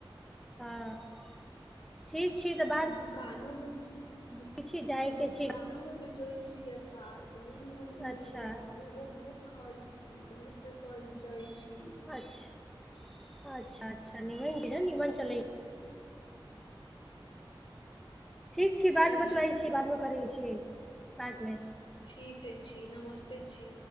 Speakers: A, in the centre; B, on the left.
A: हाॅं ठीक छी तऽ
B: आ दुकानो मे दुक
A: छी जायके
B: दुकानो
A: छी
B: मे बेच चै छि अचार बड़ी नीमन नीमन
A: अच्छा
B: लगै छै। लोगो बहुत खाइ छी बहुत बेकाय बिचाइ छी।
A: अच्छा अच्छा अच्छा नीमन नीमन चलै ठीक छी
B: कोन
A: बादमे बतबै
B: चीज
A: छी बादमे करै छी बादमे।
B: ठीक हइ छी नमस्ते छी।